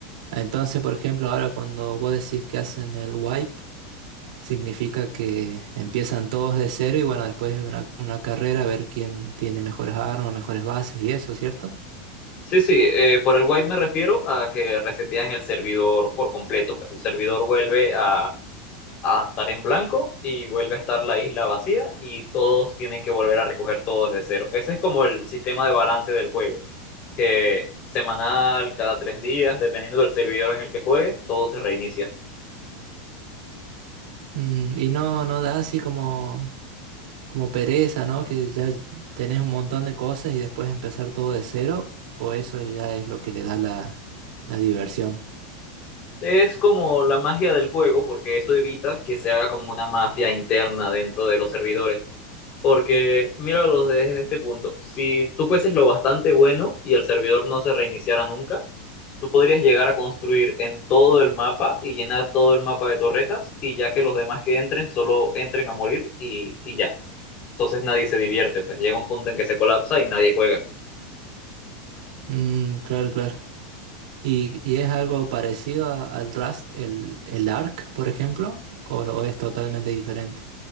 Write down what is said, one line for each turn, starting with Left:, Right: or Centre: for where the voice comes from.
Right: entonces, por ejemplo, ahora cuando vos decís que hacen el wipe, significa que empiezan todos de cero y bueno, después es una, una carrera a ver quién tiene mejores armas, mejores bases y eso, ¿cierto?
Left: Sí, sí, eh, por el wipe me refiero a que resetean el servidor por completo. pues. El servidor vuelve a, a estar en blanco y vuelve a estar la isla vacía y todos tienen que volver a recoger todo desde cero. Ese es como el sistema de balance del juego, que semanal, cada tres días, dependiendo del servidor en el que juegues, todo se reinicia.
Right: Mm, y no, no da así como, como pereza, ¿no? Que ya tenés un montón de cosas y después empezar todo de cero, o eso ya es lo que le da la, la diversión.
Left: Es como la magia del juego porque eso evita que se haga como una mafia interna dentro de los servidores Porque míralos desde este punto. Si tú fueses lo bastante bueno y el servidor no se reiniciara nunca, tú podrías llegar a construir en todo el mapa y llenar todo el mapa de torretas y ya que los demás que entren solo entren a morir y, y ya. Entonces nadie se divierte, pues llega un punto en que se colapsa y nadie juega.
Right: Mm, claro, claro. ¿Y, y es algo parecido a- al Rust, el, el Arc, por ejemplo? ¿O, no, o es totalmente diferente?